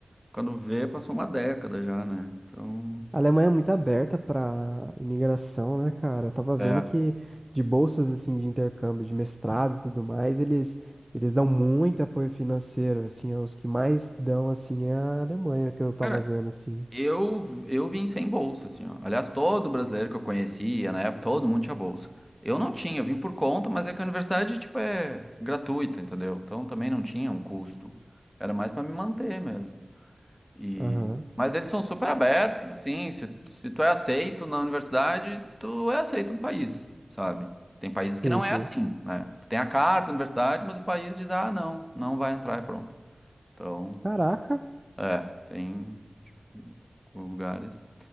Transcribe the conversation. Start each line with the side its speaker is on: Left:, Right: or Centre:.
Centre: Quando vê, passou uma década já, né? Então,
Right: A Alemanha é muito aberta pra imigração, né, cara? Eu tava vendo
Centre: é.
Right: que de bolsas, assim, de intercâmbio, de mestrado e tudo mais, eles, eles dão muito apoio financeiro, assim, os que mais dão, assim, é a Alemanha, que eu tava
Centre: Cara,
Right: vendo, assim.
Centre: eu, eu vim sem bolsa, assim, ó. Aliás, todo brasileiro que eu conhecia, na época, todo mundo tinha bolsa. Eu não tinha, eu vim por conta, mas é que a universidade, tipo, é gratuita, entendeu? Então também não tinha um custo. Era mais para me manter mesmo. E...
Right: Aham,
Centre: Mas eles são super abertos, assim, se, se tu é aceito na universidade, tu é aceito no país, sabe? Tem países
Right: sei,
Centre: que não
Right: sei.
Centre: é assim, né? Tu tem a carta da universidade, mas o país diz, ah, não, não vai entrar e pronto. Então,
Right: Caraca!
Centre: é, tem tipo, lugares.